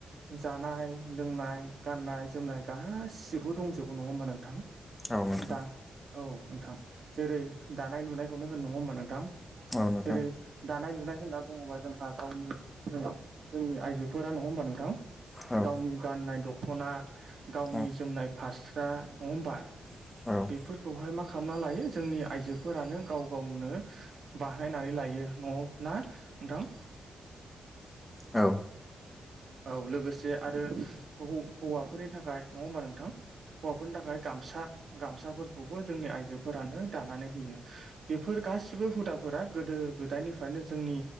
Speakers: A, on the right (about 65°); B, on the left (about 15°).
A: जानाय लोंनाय गाननाय जोमनाय गासिबो दंजोबो नङा होमबा नोंथां
B: औ नोंथां
A: दा औ नोंथां जेरै दानाय लुनायखौनो होन नङा होमबा नोंथां
B: औ नोंथां
A: जेरै दानाय लु लुनाय होनना बुङोबा जोंहा गावनि जोंनि आइजोफोरा नङा होमबा नोंथां
B: औ औ
A: गावनि गाननाय दख'ना गावनि
B: औ नोंथां औ नोंथां औ औ
A: जोमनाय फास्रा नङा होमबा
B: नोंथां औ नोंथां औ नोंथां औ नोंथां औ नोंथां औ नोंथां औ
A: बेफोरखौहाय मा खालामना लायो जोंनि आइजोफोरानो गाव गावनो बाहानायनानै ला यो न'आव ना नोंथां
B: औ
A: औ लोगोसे आरो हौवाफोरनि थाखाय नङा होमबा नोंथां हौवाफोरनि थाखाय गामसा गामसाफोरखौबो जोंनि आइजोफोरानो दानानै होयो बेफोर गासिबो हुदाफोरा गोदो गोदायनिफ्रायनो जोंनि